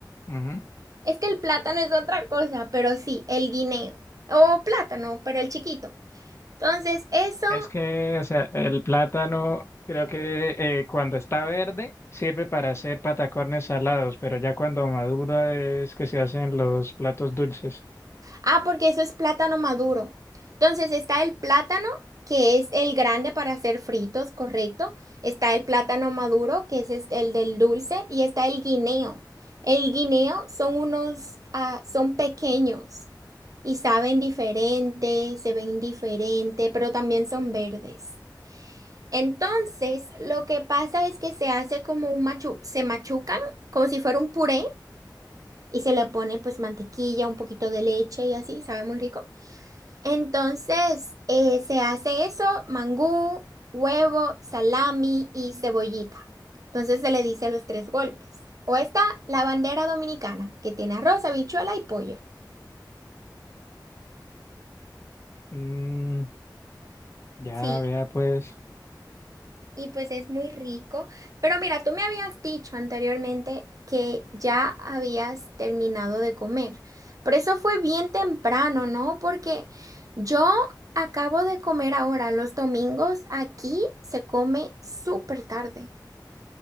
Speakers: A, on the left (about 35°); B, on the right (about 50°).
A: Ujú.
B: Es que el plátano es otra cosa, pero sí, el guineo. O plátano, pero el chiquito. Entonces, eso
A: Es que, o sea, el plátano creo que eh, cuando está verde sirve para hacer patacones salados, pero ya cuando madura es que se hacen los platos dulces.
B: Ah, porque eso es plátano maduro. Entonces está el plátano, que es el grande para hacer fritos, correcto. Está el plátano maduro, que es este- el del dulce, y está el guineo. El guineo son unos, ah, son pequeños y saben diferente, se ven diferente, pero también son verdes. Entonces, lo que pasa es que se hace como un machu, se machucan como si fuera un puré y se le pone pues mantequilla, un poquito de leche y así, sabe muy rico. Entonces, eh, se hace eso, mangú, huevo, salami y cebollita. Entonces se le dice los tres golpes. O está la bandera dominicana, que tiene arroz, habichuela y pollo.
A: Mm, ya,
B: Sí,
A: vea, pues
B: y pues es muy rico. Pero mira, tú me habías dicho anteriormente que ya habías terminado de comer. Pero eso fue bien temprano, ¿no? Porque yo acabo de comer ahora. Los domingos aquí se come súper tarde.